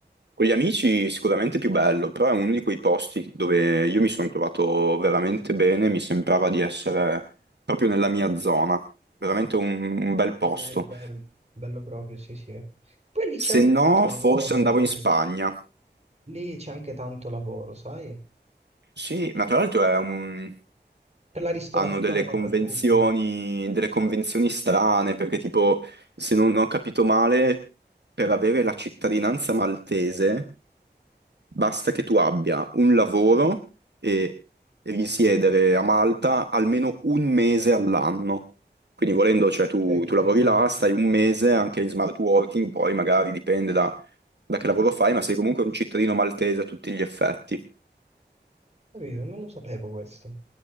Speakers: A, on the right (about 70°); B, on the right (about 35°).
A: Con gli amici sicuramente più bello, però è uno di quei posti dove io mi sono trovato veramente bene, mi sembrava di essere proprio nella mia zona, veramente un, un bel posto.
B: È vero, è vero, bello proprio, sì, sì. Poi lì c'è
A: Se
B: anche
A: no,
B: tanto lavoro
A: forse andavo
B: pure.
A: in Spagna.
B: Lì c'è anche tanto lavoro, sai?
A: Sì, ma tra l'altro è un-
B: Per la ristorazione
A: hanno delle
B: soprattutto.
A: convenzioni, delle convenzioni strane, perché tipo, se non ho capito male, per avere la cittadinanza maltese Basta che tu abbia un lavoro e risiedere a Malta almeno un mese all'anno. Quindi volendo, cioè tu,
B: Eh, che
A: tu
B: ridere.
A: lavori là, stai un mese anche in smart working, poi magari dipende da, da che lavoro fai, ma sei comunque un cittadino maltese a tutti gli effetti.
B: Capito? Non lo sapevo questo.